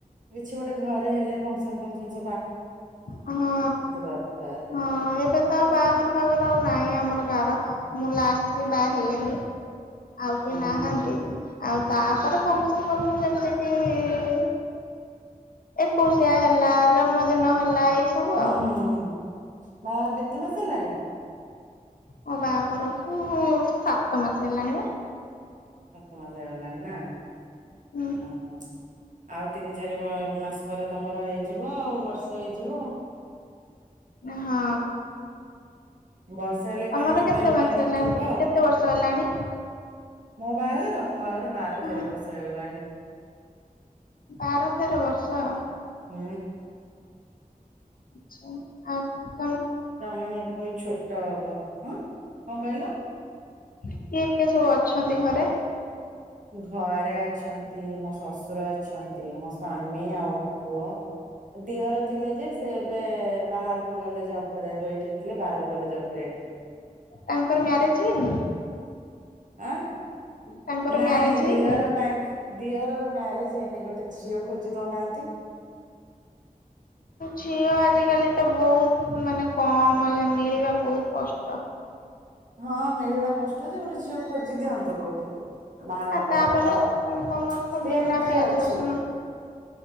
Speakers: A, on the right; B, on the left.
A: କିଛି ଗୋଟେ ଘରେ ହେଲେ ଫଙ୍କସନ୍ ଫଙ୍କସନ୍
B: ହଁ
A: ଦରକାର।
B: ହଁ ଏବେ ତ ଆଉ ବାହାଘର ଫାହାଘର ନାଇଁ ଆମର <inaudible> କାର ମୁଁ ଲାଷ୍ଟରେ ବାହା ହେଇଗଲି ଆଉ କେ
A: ହଁ
B: ନାହାନ୍ତି।
A: ହଁ
B: ଆଉ ତାପରେ ଫଙ୍କସନ୍ ଫଙ୍କସନ୍ ଯେମିତିକି ଏକୋଇଶିଆ ହେଲା ଜନ୍ମଦିନ ହେଲା ଏଇ ସବୁ
A: ହୁଁଉଁ-ଉଁ
B: ଆଉ।
A: ବାହାଘର କେତେ ମାସ ହେଲାଣି?
B: ମୋ ବାହାଘରକୁ ସାତ ମାସ ହେଲାଣି ବା
A: ସାତମାସ ହେଇ ଗଲାଣି ନା
B: ହୁଁ
A: ହୁଁ-ହୁଁ ଆଉ ତିନି ଚାରି ମା ମାସ ପରେ ତମର ହେଇଯିବ ଆଉ ବର୍ଷେ ହେଇଯିବ ଆଉ
B: ହଁ।
A: ବର୍ଷେ ହେଲେ
B: ତମର
A: କୁଆଡେ ଯିବାର
B: କେତେ
A: ପ୍ଲାନିଂ
B: ମାସ ହେଲାଣି
A: ଥିବ ଆଉ
B: କେତେ ବର୍ଷ ହେଲାଣି?
A: ମୋ ବାହାଘର ମୋ ବାହାଘର ବାର
B: ଓହୋ
A: ତେର ବର୍ଷ ହେଇଗଲାଣି।
B: ବାର ତେର ବର୍ଷ?
A: ହୁଁ।
B: ଆଛା ଆ
A: ତମେ ମୋଠୁ ବହୁତ ଛୋଟ ହବ, ହଁ କଣ କହିଲ?
B: କିଏ କିଏ ସବୁ ଅଛନ୍ତି ଘରେ?
A: ଘରେ ଅଛନ୍ତି ମୋ ଶଶ୍ ଶଶୁର ଅଛନ୍ତି ମୋ ସ୍ଵାମୀ ଆଉ ମୋ ପୁଅ ଦିଅର ଥିଲେ ଯେ ସେ ଏବେ ବାହାରକୁ ଗଲେ ଜବ୍ କରିବାକୁ ଏଇଠି ଥିଲେ ବାହାରକୁ ଗଲେ ଜବ୍ କରିବାକୁ
B: ତାଙ୍କର ମ୍ୟାରେଜ ହେଇନି?
A: ଆଁ?
B: ତାଙ୍କର
A: ନାଇଁ
B: ମ୍ୟାରେଜ ହେଇନି?
A: ଦିଅର ପାଇଁ ଦିଅରର ମ୍ୟାରେଜ ହେଇନି ଗୋଟେ ଝିଅ ଖୋଜି ଦଉନା ନ୍ତି
B: ଝିଅ ଆଜିକାଲି ତ ବହୁତ ମାନେ କମ୍, ମିଳିବା ବହୁତ କଷ୍ଟ।
A: ହଁ ମିଳିବା କଷ୍ଟ ଯେ ଗୋଟେ ଝିଅ ଖୋଜି ଦିଅନ୍ତୁ କୋଉଠି, ବାହାଘର
B: ଆଉ ତାପରେ
A: କରିଦବା ଆଉ
B: ତମର
A: <inaudible>
B: ବିନା
A: ଗୋଟେ
B: ପିଆଜ
A: ଅଛି।
B: ରସୁଣ